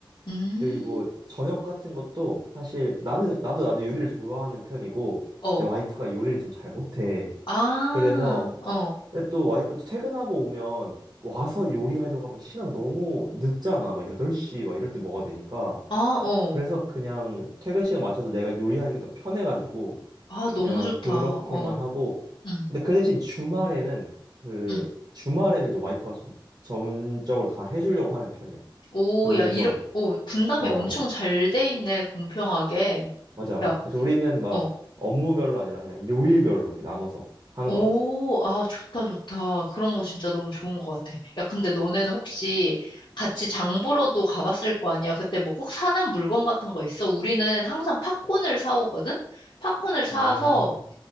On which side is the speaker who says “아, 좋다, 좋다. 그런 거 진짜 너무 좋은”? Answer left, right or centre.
Left